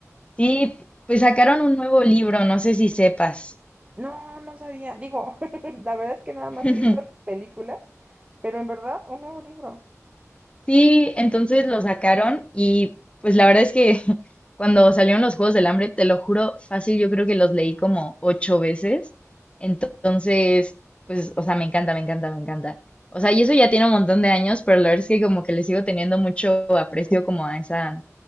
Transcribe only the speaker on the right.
No, no sabía. Digo, <laughs> la verdad es que nada
más he visto las películas, pero en verdad, un nuevo libro.